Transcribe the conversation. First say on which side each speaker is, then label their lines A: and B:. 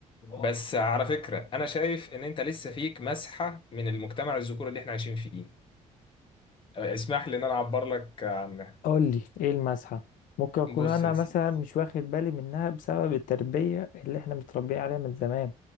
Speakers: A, on the left (about 40°); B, on the left (about 80°).
A: بس على فكرة أنا شايف إن أنت لسه فيك مسحة من المجتمع الذكوري اللي إحنا عايشين فيه أه، اسمح لي إن أنا أعبر لك عنها
B: قول لي ايه المسحة ممكن اكون
A: بص
B: انا
A: يا
B: مثلا
A: سيدي
B: مش واخد بالي منها بسبب التربية اللي احنا متربيين عليها من زمان